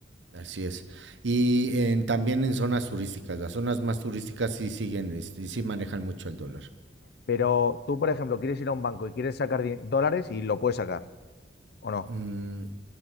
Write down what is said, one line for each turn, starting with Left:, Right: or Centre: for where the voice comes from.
Right: Así es. Y en- también en zonas turísticas, las zonas más turísticas sí siguen, este, sí manejan mucho el dólar.
Left: Pero tú, por ejemplo, quieres ir a un banco y quieres sacar di- dólares y lo puedes sacar, ¿o no?
Right: Mm,